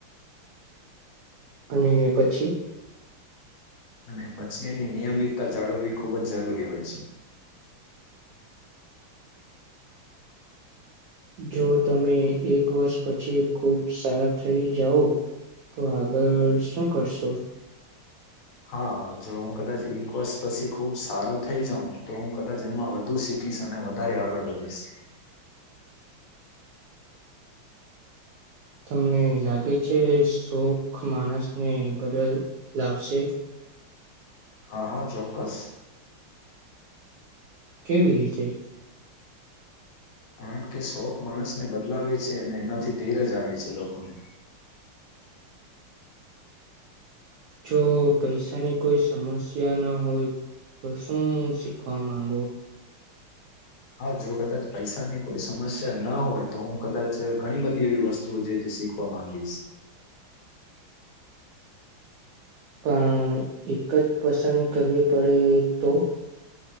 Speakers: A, on the right; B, on the left.
A: અને પછી
B: અને પછી એની નિયમિતતા જાળવવી ખૂબ જ જરૂરી હોય છે,
A: જો તમે એક વર્ષ પછી ખુબ સારા થઈ જાઓ તો આગળ શું કરશો?
B: હા જો હું કદાચ ઈક્વસ પછી ખુબ સારો થઈ જાઉં, તો હું કદાચ એમાં વધુ શીખીશ અને વધારે આગળ વધીશ.
A: તમને લાગે છે શોખ માણસને બદલ લાવશે?
B: હા હા ચોક્કસ
A: કેવી રીતે?
B: કારણ કે શોખ માણસને બદલાવે છે, અને એનાથી ધીરજ આવે છે લોકોને.
A: જો પૈસાની કોઈ સમસ્યા ન હોય તો શું શીખવા માંગો?
B: હા જો કદાચ પૈસાની કોઈ સમસ્યા ન હોય, તો હું કદાચ ઘણી બધી એવી વસ્તુ તું જે જ શીખવા માંગીશ,
A: પણ એક જ પસંદ કરવી પડે તો?